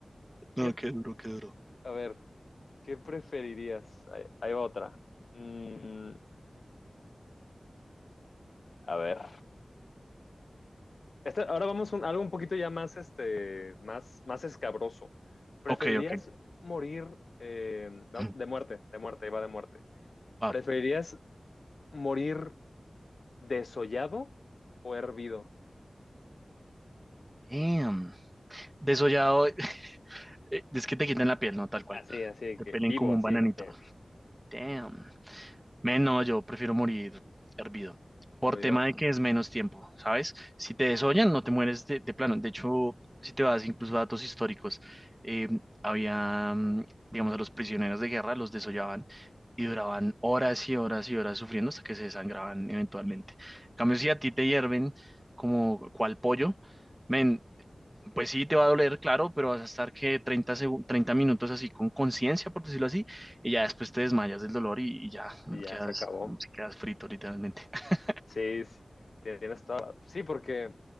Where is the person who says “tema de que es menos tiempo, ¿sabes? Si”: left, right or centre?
Right